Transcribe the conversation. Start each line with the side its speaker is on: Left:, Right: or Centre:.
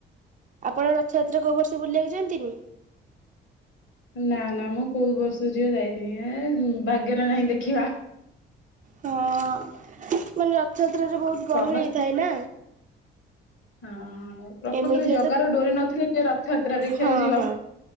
Right: ଆପଣ ରଥଯାତ୍ରା କୋଉ ବର୍ଷ ବୁଲିବାକୁଯାନ୍ତିନି?
Left: ନା ନା ମୁଁ କୋଉ ବର୍ଷ ଝିଅ ଯାଇନି ଏ ଭାଗ୍ୟରେ ନାହିଁ ଦେଖିବା।
Right: ହଁ ମାନେ ରଥଯାତ୍ରାରେ ବହୁତ ଗହଳି
Left: ସମସ୍ତେ
Right: ହେଇଥାଏ ନା।
Left: ହଁ ପ୍ରକୃତରେ
Right: ଏମିତିରେ
Left: ଜଗାର
Right: ତ
Left: ଡୋରି ନଥିଲେ କିଏ ରଥଯାତ୍ରା ଦେଖିବାକୁ
Right: ହଁ
Left: ଯିବ।
Right: ହଁ